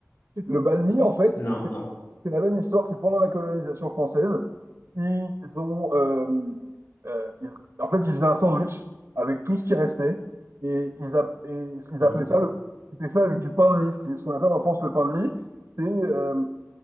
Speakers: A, on the right; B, on the left.
A: Le banh mi, en fait,
B: Non,
A: c'est
B: non.
A: C'est la même histoire, c'est pendant la colonisation française, ils ont, euh, euh, ils- en fait, ils faisaient un sandwich avec tout ce qui restait et ils, a- et ils
B: Mhm,
A: appelaient ça le. C'était fait avec du pain de mie, C'est ce qu'on appelle en France le pain de mie. C'est euh,